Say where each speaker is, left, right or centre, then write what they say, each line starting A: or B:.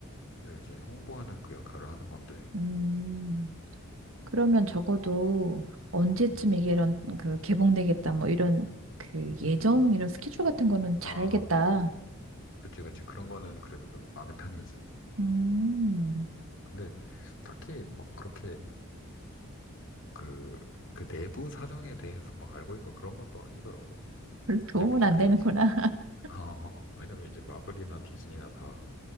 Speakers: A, on the left; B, on the right.
A: 이제 홍보하는 그 역할을 하는 건데,
B: 음.
A: 음.
B: 그러면 적어도 언제쯤
A: 음.
B: 이게 이런, 그, 개봉되겠다, 뭐, 이런, 그, 예정, 이런 스케줄 같은 거는 잘
A: 아,
B: 알겠다.
A: 그치, 그치. 그런 거는 그래도 좀 아는 편이지.
B: 음,
A: 근데 딱히 막 그렇게 그, 그 내부 사정에 대해서 막 알고 있고 그런 건 또 아니더라고.
B: 별로 도움은
A: 왜냐면 이제
B: 안
A: 그,
B: 되는구나. <laughs>
A: <laughs> 어, 어, 왜냐면 이제 마블이나 디즈니나 다